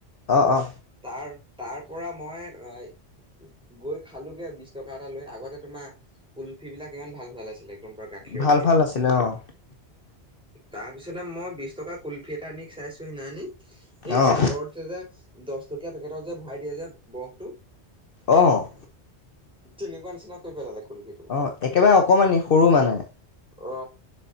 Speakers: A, on the left; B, in the centre.
A: অ, অ।
B: তাৰ তাৰ পৰা মই, ৰই গৈ খালোগে বিশ টকা এটা লৈ। আগতে তোমাৰ কুলফি বিলাক ইমান ভাল ভাল আছি লে একদম পুৰা গাখীৰত
A: ভাল
B: দিয়া
A: ভাল আছিলে। অ'।
B: তাৰ পিছতে মই বিশ টকা কুলফি এটা আনি চাইছোঁ সিনানি। এই
A: অ',
B: আগতে যে, দচ টকীয়া পেকেটত যে ভৰাই দিয়ে যে বৰফটো
A: অ'।
B: তেনেকুৱা নিচিনা কৰি পেলালে। কুলফিটো
A: অ, একেবাৰে অকমানি সৰু মানে।
B: অ,